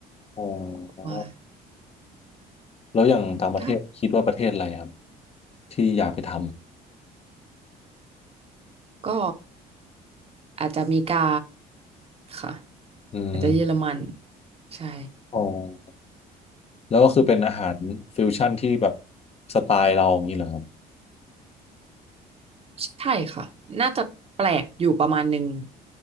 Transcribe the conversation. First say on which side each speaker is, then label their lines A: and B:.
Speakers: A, on the left (about 35°); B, on the right (about 35°).
A: อ๋
B: ว่า
A: อแล้วอย่างต่างประเทศคิดว่าประเทศอะไรครับ
B: ถ้า
A: ที่อยากไปท
B: ก็อาจจะอเมริกาค่ะ
A: ำอืม
B: อาจจะเยอรมันใช่
A: อ๋อ แล้วก็คือเป็นอาหารฟิวชั่นที่แบบสไตล์เราอย่างนี้เหรอครับ
B: ใช่ค่ะ น่าจะแปลกอยู่ประมาณหนึ่ง